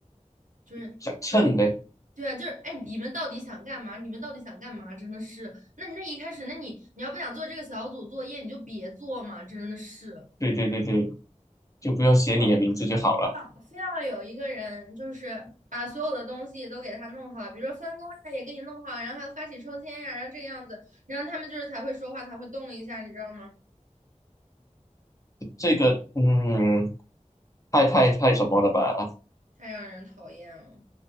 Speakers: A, on the right; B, on the left.
A: 就是就是
B: 想蹭的，
A: 对啊，就是哎，你们到底想干嘛？你们到底想干嘛？真的是，那那一开始，那你你要不想做这个小组作业，你就别做嘛，真的是。
B: 对对对对，就不用写你的名字就好了。
A: 嗯，好非要有一个人，就是把所有的东西都给他弄好，比如说分工呀也给你弄好，然后还要发起抽签呀，然后这个样子，然后他们就是才会说话，才会动一下，你知道吗？
B: 这个嗯，太太太什么了吧？
A: 太让人讨厌了。